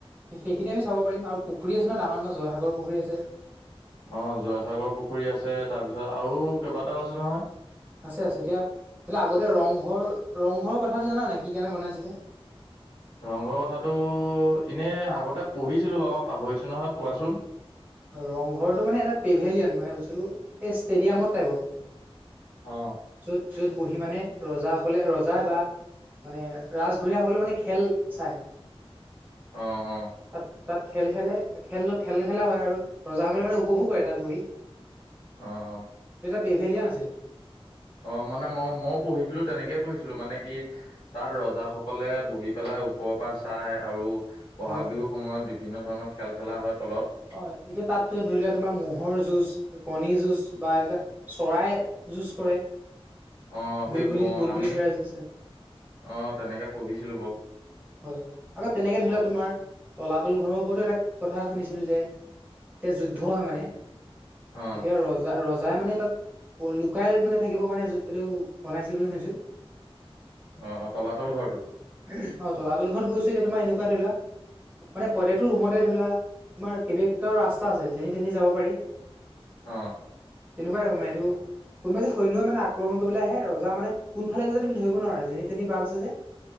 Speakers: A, on the right; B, on the left.
A: সেইখিনি, আমি চাব পাৰিম আৰু। পুখুৰী আছে ন', ডাঙৰ -ডাঙৰ জয়সাগৰ পুখুৰী আছে।
B: অ'! জয়সাগৰ পুখুৰী আছে। তাৰপিছত, আৰু কেইবাটাও আছে, নহয়।
A: আছে, আছে। এতিয়া, আগতে ৰংঘৰ, ৰংঘৰৰ কথাটো, জানা নাই? কি কাৰণে, বনাইছিলে?
B: ৰংঘৰ কথাটো, এনে আগতে, পঢ়িছিলো বাৰু। মই, পাহৰিছোঁ নহয়। কোৱাচোন?
A: ৰংঘৰটো মানে, এটা পেভেলিয়ান। মানে, বস্তুটো এই, ষ্টেডিয়ামৰ টাইপৰ।
B: অ'!
A: য'ত, য'ত বহি মানে, ৰজাসকলে, ৰজা বা মানে, ৰাজঘৰীয়াসকলে মানে, খেল চায়।
B: অ' অ'!
A: তাত, তাত খেল, খেলে। খেল- খেল, খেলা হয় আৰু। ৰজাসকলে মানে, উপভোগ কৰে, তাত বহি।
B: অ' অ'!
A: তেতিয়া পেভেলিয়ান আছিলে।
B: অ'! মানে মই, মইয়ো পঢ়িছিলোঁ, তেনেকেই পঢ়িছিলোঁ। মানে, কি? তাত, ৰজাসকলে বহি পেলাই, ওপৰৰ পৰা চাই আৰু ব'হাগ
A: হয় হয়।
B: বিহু। সময়ত, বিভিন্ন ধৰণৰ খেল, খেলা হয়, তলত।
A: হয়! এতিয়া তাততো, ধৰি লোৱা তোমাৰ, ম'হৰ যুঁজ, কণী যুঁজ বা এনেকোৱা, চৰাই যুঁজ কৰে,
B: অ সেইবোৰ
A: বুলবুলি-বুলবুলি
B: অ আমি
A: চৰাই যুঁজ কৰে।
B: অ তেনেকে পঢ়িছিলো বাৰু
A: ওহোঁ! হয়। আকৌ, তেনেকে ধৰি
B: অ
A: লোৱা, তোমাৰ তলাতল ঘৰৰ ওপৰতো, এটা কথা শুনিছিলোঁ যে, এতিয়া, যুদ্ধ হয় মানে। তেতিয়া,
B: অ
A: ৰজ ৰজা, ৰজাই মানে, তাত লুকাই মানে, থাকিবৰ কাৰণে, এইটো বনাইছিল, বুলি শুনিছোঁ।
B: অ' অ'! তলাতল ঘৰটো?
A: <unintelligible> অ'! তলাতল ঘৰত গৈছোঁ। এতিয়া, তোমাৰ এনেকুৱা, ধৰিলোৱা মানে, প্ৰত্যেকটো ৰুমতে ধৰিলোৱা, তোমাৰ, কেইবাটাও ৰাস্তা আছে। যেনি- তেনি যাব পাৰি।
B: অ'!
A: তেনেকোৱা <unintelligible> এইটো। কোনোবাই যদি, সৈন্যই মানে, আক্ৰমণ কৰিবলৈ আহে, ৰজা মানে, কোনফালে গৈছে, তুমি ধৰিব নোৱাৰা। যেনি- তেনি বাট আছে, যে।